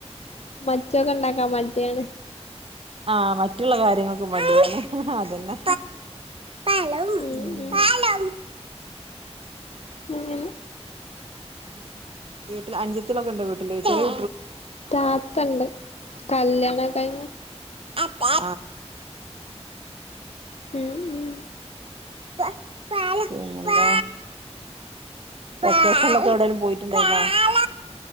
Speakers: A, on the left (about 70°); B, on the right (about 55°).
A: മറ്റെ ഒക്കെ ഇണ്ടാക്കാൻ മട്യാണ്
B: ആ മറ്റുള്ള കാര്യങ്ങൾക്കും മടിയാണ് അതന്നെ പാലവും
A: ഉം ഉം
B: പാലം പിന്നെ
A: അങ്ങനെ
B: ഉം വീട്ടിൽ അഞ്ചത്ത്യാളൊക്കെണ്ടോ വീട്ടില് ചെറി
A: താത്തണ്ട് കല്ല്യാണം കഴിഞ്ഞ
B: അ ആ
A: ഉം ഉം
B: പിന്നെന്താ വെക്കേഷൻലൊക്കെ എവിടേലും പോയിട്ടുണ്ടായിര്ന്നോ